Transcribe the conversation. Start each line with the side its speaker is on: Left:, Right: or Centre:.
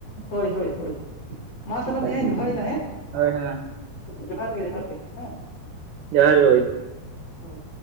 Left: ᱦᱳᱭ ᱦᱳᱭ ᱦᱳᱭ ᱢᱟ ᱛᱟᱦᱚᱞᱮ
Right: ᱮᱠᱟᱞ
Left: ᱵᱚᱭᱦᱟᱧ ᱫᱚᱦᱚᱭᱮᱫᱟ ᱦᱮᱸ
Right: ᱦᱳᱭ ᱢᱟ
Left: ᱡᱚᱦᱟᱨ ᱜᱮ ᱡᱚᱦᱟᱨ ᱜᱮ ᱦᱮᱸ
Right: ᱡᱚᱦᱟᱨ ᱜᱮ ᱵᱚᱭᱦᱟ
Left: ᱦᱳᱭ